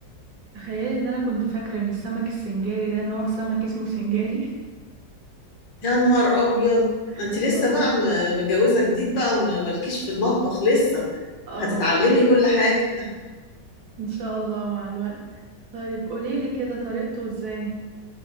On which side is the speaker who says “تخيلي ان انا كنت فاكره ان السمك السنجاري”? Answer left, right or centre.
Right